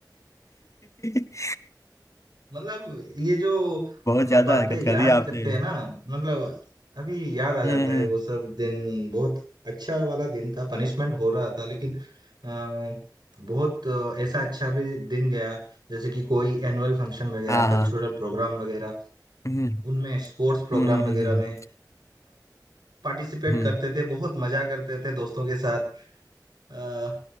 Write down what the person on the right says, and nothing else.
मतलब ये जो
अ,
बातें
याद
करते हैं ना मतलब अभी याद आ जाता
है
वो सब दिन बहुत अच्छा वाला दिन था पनिशमेंट हो रहा था लेकिन अ, बहुत अ, ऐसा अच्छा भी दिन गया जैसे कि कोई एनुअल फंक्शन वगैरह
कल्चरल प्रोग्राम वगैरह
उनमें स्पोर्ट्स प्रोग्राम
वगैरह
में पार्टिसिपेट
करते थे बहुत मजा करते थे दोस्तों के साथ अ,